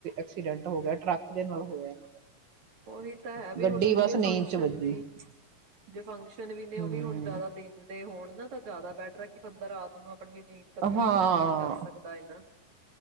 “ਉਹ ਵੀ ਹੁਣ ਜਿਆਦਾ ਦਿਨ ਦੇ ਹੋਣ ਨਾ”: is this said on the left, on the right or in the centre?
Right